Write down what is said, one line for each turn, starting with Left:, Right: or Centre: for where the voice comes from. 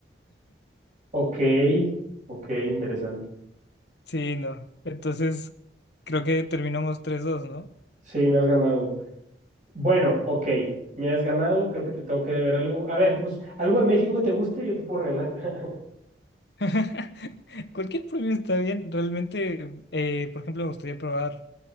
Right: Ok, ok, interesante.
Left: Sí, no. Entonces, creo que terminamos tres dos, ¿no?
Right: Sí, me has ganado. Bueno, ok, me has ganado. Creo que te tengo que deber algo. A ver, pues algo de México que te guste, yo te puedo regalar. <laughs>
Left: <laughs> Cualquier premio está bien. Realmente, eh, por ejemplo, me gustaría probar